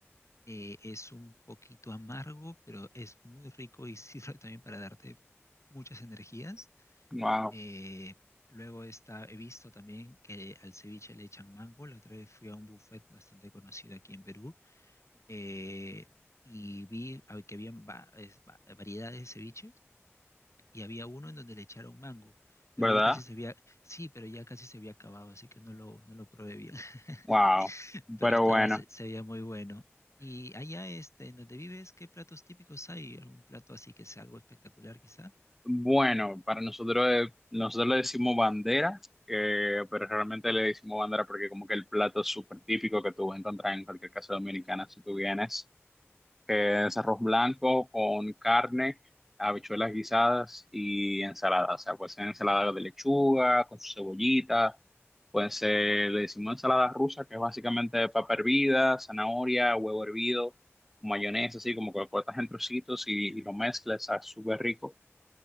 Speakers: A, on the left; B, in the centre.
A: eh, es un poquito amargo, pero es muy rico y sirve <laughs> también para darte muchas energías.
B: Wow,
A: Eh, luego está, he visto también que al ceviche le echan mango. La otra vez fui a un buffet bastante conocido aquí en Perú eh, y vi a- que habían va- es- va- variedades de ceviches y había uno en donde le echaron mango, pero
B: ¿verdad?
A: ya casi se había, sí, pero ya casi se había acabado, así que no lo, no lo probé bien. <laughs>
B: Wow,
A: pero
B: pero
A: estaba,
B: bueno.
A: se, se veía muy bueno. Y allá, este, en donde vives, ¿qué platos típicos hay? ¿Algún plato así que sea algo espectacular, quizá?
B: Bueno, para nosotros, eh, nosotros le decimos bandera, eh, pero realmente le decimos bandera porque como que el plato es súper típico que tú vas a encontrar en cualquier casa dominicana si tú vienes, que es arroz blanco con carne, habichuelas guisadas y ensalada. O sea, puede ser ensalada de lechuga, con su cebollita, puede ser, le decimos ensalada rusa, que es básicamente papa hervida, zanahoria, huevo hervido, mayonesa, así como que lo cortas en trocitos y, y lo mezclas, está súper rico.